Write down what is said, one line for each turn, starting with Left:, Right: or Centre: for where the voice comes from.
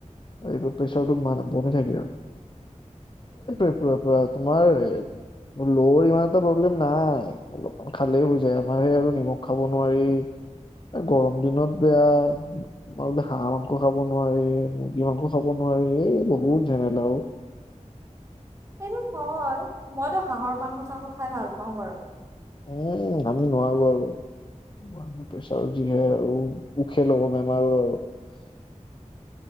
Left: আৰু এইটো প্ৰেছাৰটো কমি থাকে আৰু <unintelligible> এই তোমাৰ ল'ৰ ইমান এটা প্ৰব্লেম নাই অলপ খালেই হৈ যায় আমাৰ সেই আৰু নিমখ খাব নোৱাৰি। এ গৰম দিনত বেয়া তোমাৰ বোলে হাঁহ মাংস খাব নোৱাৰি। সিমানকো চাব নোৱাৰি এ বহুত ঝেমেলা অও।
Right: সেইটো হয় মইতো হাঁহৰ মাংস চাং খাই ভাল পাওঁ বাৰু। <unintelligible>
Left: এ আমি নোৱাৰো আৰু। ব্ প্ৰেছাৰ যিহে উখেল বেমাৰ <unintelligible>